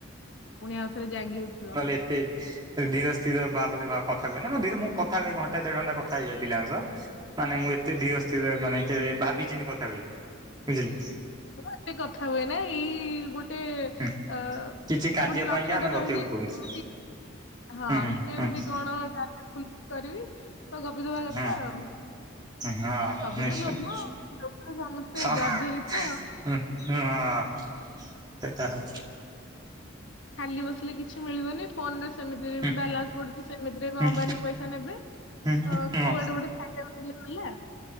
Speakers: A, on the left; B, on the right.
A: ପୁଣି ଆଉଥରେ ଜାଗି ଉଠି
B: ନହେଲେ ଏତେ ଧୀର ସ୍ଥିର ଭାବରେ କଥା କୁହେନା ମୁଁ ଧରେ ମୁଁ କଥା ହୁଏ ଘଣ୍ଟାଏ ଦେଢ ଘଣ୍ଟା କଥା ହେଇଯାଏ ପିଲାଙ୍କ ସହ ମାନେ ମୁଁ ଏତେ ଧିର ସ୍ଥିର ମାନେ କେବେ ଭାବି ଚିନ୍ତି କଥା ହୁଏନି ବୁଝିଲେ
A: ମୁଁ ଏତେ କଥା ହୁଏନା ଏଇ ଗୋ ଗୋଟେ
B: ହୁଁ
A: ଅ
B: କିଛି କାର୍ଯ୍ୟ
A: ଗୋଟେ ଲକ୍ଷ୍ୟ
B: ପାଇଁକା ଆମେ
A: ଟା ରହିଯାଇଚି
B: ଗପିବାକୁ ପଡୁଛି
A: କେମିତି ହଁ
B: ହୁଁ ହୁଁ
A: କେମିତି
B: ହୁଁ
A: କଣ ଟାର୍ଗେଟ ଫୁଲ ଫିଲ କରିବି ତ ଗପି ଦବା କଥା
B: ହୁଁ।
A: ଆଉ।
B: ହଁ
A: ସବୁ
B: ନିଶ୍ଚୟ
A: ତ ଲୋଭ ଆଉ ଲୋଭରେ ସମସ୍ତେ
B: ହା
A: ଜର୍ଜରିତ।
B: <unintelligible> ହୁଁ ହୁଁ ହଁ ସେଇଟା ହ
A: ଖାଲି ବସିଲେ କିଛି ମିଳିବନି ଫୋନ ରେ ସେମିତିରେ
B: ହୁଁ
A: ବି ବାଲାନ୍ସ ପଡିଛି ସେମିତିରେ
B: ହୁଁ
A: ଅମ୍ବାନୀ ପଇସା ନେବେ ତ
B: ହୁଁ
A: କୁଆଡେ ଗୋଟେ ଫାଇଦା ଉଠେଇଲେ ଗଲା।